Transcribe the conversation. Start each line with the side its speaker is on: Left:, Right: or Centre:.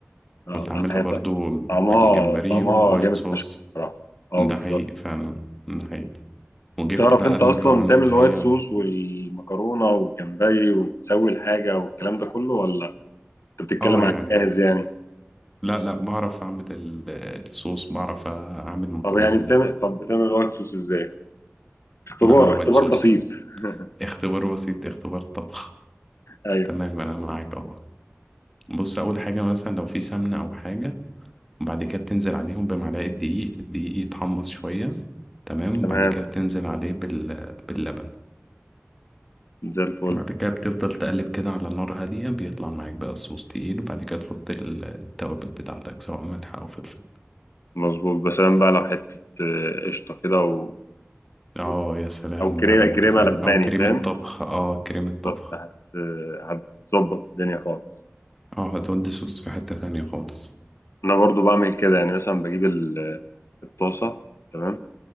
Left: اه
Centre: كنت عاملها
Left: لا هي
Centre: برضو
Left: طعمها
Centre: بالجمبري
Left: طعمها
Centre: ووايت
Left: جامد
Centre: صوص
Left: فشخ بصراحه اه
Centre: ده
Left: بالظبط
Centre: حقيقي فعلا ده حقيقي وجبت
Left: بتعرف
Centre: بقى
Left: انت
Centre: المكرونه
Left: اصلا تعمل
Centre: اللي
Left: الوايت
Centre: هي
Left: صوص والمكرونه والجمبري وتسوي الحاجه والكلام ده كله ولا انت بتتكلم
Centre: اه يعني
Left: عن جاهز يعني
Centre: لا لا بعرف اعمل ال- الصوص بعرف اعمل المكرونه
Left: طب يعني بتعمل
Centre: دي
Left: طب بتعمل الوايت صوص ازاي اختبار
Centre: بعمل وايت
Left: اختبار
Centre: صوص
Left: بسيط <laughs>
Centre: اختبار بسيط اختبار طبخ
Left: ايوه
Centre: تمام انا معاك اهو بص اول حاجه مثلا لو في سمنه او حاجه وبعد كده بتنزل عليهم بمعلقه دقيق الدقيق يتحمص شويه تمام
Left: تمام
Centre: وبعد كده بتنزل عليه بال... باللبن
Left: زي الفل
Centre: وبعد كده بتفضل تقلب كده على نار هاديه بيطلع معاك بقى الصوص تقيل وبعد كده تحط ال- التوابل بتاعتك سواء ملح او فلفل
Left: مظبوط بس أنا بقى لو حته آه، قشطه كده و...
Centre: اه
Left: و-
Centre: يا سلام
Left: او كريمه
Centre: بقى انت
Left: كريمه
Centre: فاهم
Left: لباني
Centre: او كريمه
Left: فاهم
Centre: طبخ اه كريمه طبخ
Left: بالظبط هت هتظبط الدنيا خالص
Centre: اه هتودي صوص في حته تانية خالص
Left: انا برضو بعمل كده يعني مثلا بجيب ال- الطاسه تمام